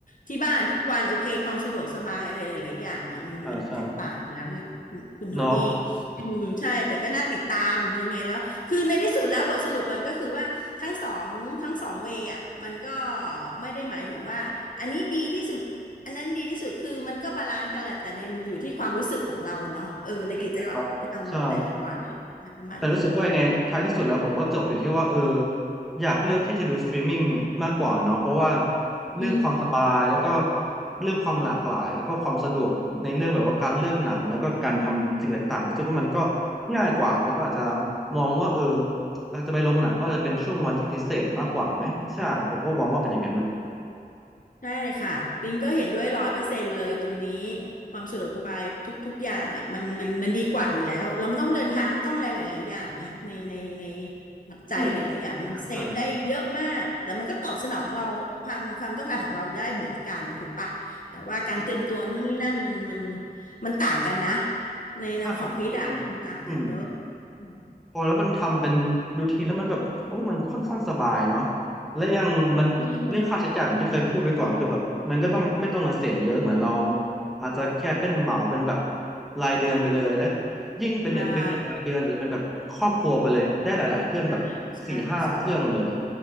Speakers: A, on the left; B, in the centre.
A: ที่บ้านทุกวันโอเคความสะดวกสบายอะไรหลายๆอย่างอะมันมันแตกต่างแล้วเนี่ยคุณคุณโทนี่
B: อ่าใช่เนาะ
A: อืมใช่แต่ก็น่าติดตามยังไงแล้วคือในที่สุดแล้วบทสรุปมันก็คือว่า ทั้งสองทั้งสองเวย์อ่ะมันก็ไม่ได้หมายถึงว่าอันนี้ดีที่สุดอันนั้นดีที่สุดคือมันก็บาลานซ์กันแหละแต่ในมันอยู่ที่ความรู้สึกของเราเนาะเออในกิจวัตรประจำวันแต่ละวันอะไรประมาณนั้น
B: ใช่ครับใช่ แต่รู้สึกว่ายังไงท้ายที่สุดแล้วผมก็จบอยู่ที่ว่าเอออยากเลือกที่จะดูสตรีมมิ่งมากกว่าเนาะเพราะว่าเรื่องความสบายแล้วก็
A: อืม
B: เรื่องความหลากหลายแล้วก็ความสะดวกในเรื่องแบบว่าการเลือกหนังแล้วก็การทำสิ่งต่างๆรู้สึกว่ามันก็ง่ายกว่าแล้วก็อาจจะมองว่าเออเราจะไปลงหนังก็อาจจะเป็นช่วงวันที่พิเศษมากกว่าไหมใช่ผมก็มองว่าเป็นอย่างนั้นนะ
A: ได้เลยค่ะปิงก็เห็นด้วยร้อยเปอร์เซ็นต์เลยตรงนี้ความสะดวกสบายทุกๆอย่างอ่ะมันมันมันดีกว่าอยู่แล้วเราไม่ต้องเดินทางไม่ต้องอะไรหลายๆอย่างไงในในในปัจจัยหลายๆอย่างมันเซฟได้เยอะมากแต่มันก็ตอบสนองเราความความต้องการของเราได้เหมือนกันถูกปะแต่ว่าการเตรียมตัวนู่นนี่นั่นมันมัน
B: อืมใช่ใช่ใช่
A: มันต่างกันนะในแนวความคิดอ่ะมันต่างกันเยอะ
B: ค่้างจะเยเรื่องอืม
A: อืม
B: พอแล้วมันทำเป็นรูทีนแล้วมันแบบโอ้มันค่อนข้างสบายเนาะและยังมันเรื่องค่าใช้จ่ายเหมือนที่เคยพูดไปก่อนคือแบบมันก็ต้องไม่ต้องมาเสียเยอะเหมือนเรา
A: เออ
B: อาจจะแค่เป็นเหมาเป็นแบบรายเดือนไปเลยและยิ่งเป็น
A: ใช่
B: Netflix เนี่ยรายเดือนจะเป็นแบบครอบครัวไปเลยได้หลายๆเครื่องแบบสี่ห้าเครื่องเลย
A: ใช่ใช่ใช่